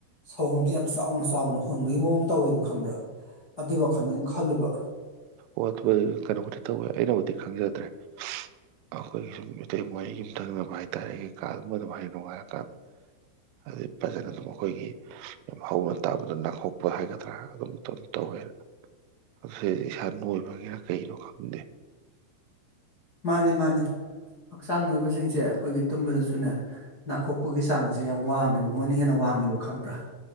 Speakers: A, on the left; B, on the right.
A: ꯁꯧꯍꯣꯝꯁꯦ ꯌꯥꯝ ꯆꯥꯎꯅ ꯆꯥꯎꯅ ꯍꯣꯟꯕꯒꯤ ꯃꯑꯣꯡ ꯇꯧꯋꯦꯕ ꯈꯪꯕ꯭ꯔꯥ ꯑꯗꯨꯏ ꯋꯥꯈꯜꯗ ꯑꯗꯨꯝ ꯈꯜꯂꯨꯕ
B: ꯋꯥ ꯑꯗꯨ ꯀꯩꯅꯣꯕꯨꯗꯤ ꯇꯧꯋꯦ ꯑꯩꯅꯕꯨꯗꯤ ꯈꯪꯖꯗ꯭ꯔꯦ ꯑꯩꯈꯣꯏꯒꯤ ꯁꯨꯝ ꯏꯇꯩ ꯃ ꯌꯨꯝ ꯊꯪꯅꯕ ꯍꯥꯏꯇꯥꯔꯦ ꯀꯥ ꯃꯩ ꯅꯨꯡꯉꯥꯏꯔꯀꯥꯟꯗ ꯑꯗꯨꯗꯩ ꯐꯖꯅ ꯑꯗꯨꯝ ꯑꯩꯈꯣꯏꯒꯤ ꯌꯥꯝ ꯍꯧꯅ ꯇꯥꯕꯗ ꯅꯥꯍꯣꯛꯄ ꯍꯥꯏꯒꯗ꯭ꯔꯥ ꯑꯗꯨꯝꯝ ꯇꯧꯋꯦ ꯑꯗꯨ ꯏꯁꯥ ꯅꯣꯏꯕꯒꯤꯔ ꯀꯩꯅꯣ ꯈꯪꯗꯦ
A: ꯃꯥꯅꯤ ꯃꯥꯅꯤ ꯍꯛꯆꯥꯡ ꯅꯣꯏꯕꯁꯤꯡꯁꯦ ꯑꯩꯈꯣꯏꯒꯤ ꯇꯨꯝꯕꯗꯁꯨꯅꯦ ꯅꯥꯈꯣꯛꯄꯒꯤ ꯆꯥꯡꯁꯦ ꯌꯥꯝ ꯋꯥꯡꯉꯦꯕ ꯃꯣꯏꯅ ꯍꯦꯟꯅ ꯋꯥꯡꯉꯦꯕ ꯈꯪꯕ꯭ꯔꯥ